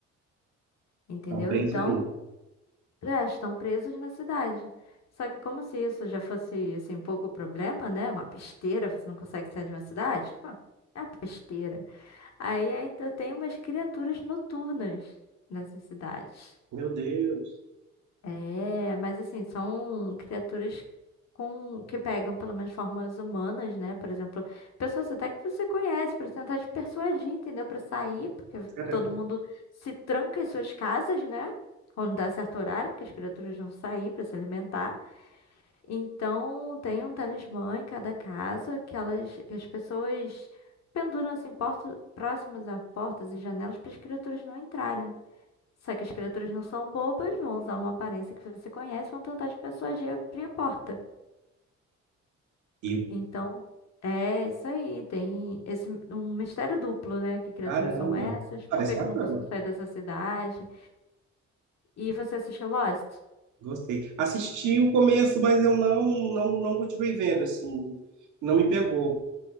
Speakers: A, on the left (about 60°); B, on the right (about 75°).
A: entendeu?
B: estão presos
A: Então
B: ali.
A: é, estão presos na cidade. Só que como se isso já fosse, assim, um pouco problema, né? Uma besteira, você não consegue sair de uma cidade. Hum, É uma besteira. Aí ainda tem umas criaturas noturnas nessas cidades.
B: Meu Deus.
A: É, mas assim, são criaturas com que pegam pelo menos formas humanas, né? Por exemplo, pessoas até que você conhece para tentar te persuadir, entendeu? Para sair, porque
B: Caramba.
A: todo mundo se tranca em suas casas, né? Quando dá certo horário, porque as criaturas vão sair para se alimentar. Então, tem um talismã em cada casa que elas, que as pessoas penduram assim portas próximas a portas e janelas para as criaturas não entrarem. Só que as criaturas não são bobas, vão usar uma aparência que você conhece, e vão tentar te persuadir a abrir a porta.
B: E,
A: Então, é isso aí. Tem esse um mistério duplo, né? Que criaturas
B: caramba.
A: são essas?
B: Parece
A: Por que que
B: bacana.
A: eu não consigo sair dessa cidade? E você assistiu Lost?
B: Gostei. Assisti o começo, mas eu não, não, não continuei vendo, assim. Não me pegou.